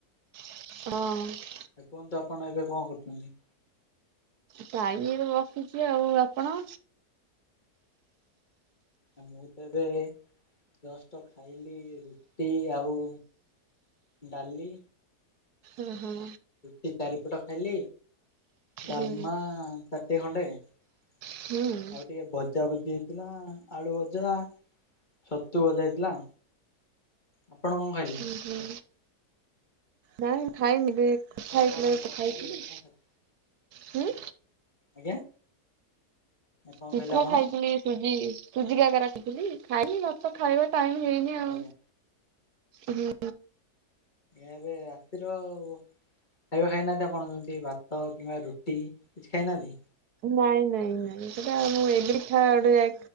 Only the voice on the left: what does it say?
ଆ କୁହନ୍ତୁ ଆପଣ ଏବେ କଣ କରୁଛନ୍ତି?
ମୁଁ ତ ଏବେ ଜଷ୍ଟ ଖାଇଲି ରୁଟି ଆଉ ଡାଲି।
ଟି ଚାରିପଟ ଖାଇଲି ଡାଲମା
ତାଟିଏ ଖଣ୍ଡେ। ଆଉ
ଟିକେ ଭ ପଜାପୂଜି ହେଇଥିଲା ଆଳୁଭଜା ଛତୁଭଜା ହେଇଥିଲା। ଆପଣ କଣ ଖାଇଲେ?
ଆପଣ କଣ
ତରକାରୀ
କଣ ଖାଇଲେ?
ଆଜ୍ଞା। କଣ
ଖାଇଲେ ଆପଣ
ଆଜ୍ଞା।
ଏବେ ରାତିର ଆଉ। ଖାଇବା ଖାଇନାହାନ୍ତି, ଆପଣ ଯେମିତି ଭାତ କିମ୍ବା ରୁଟି କିଛି ଖାଇନାହାନ୍ତି।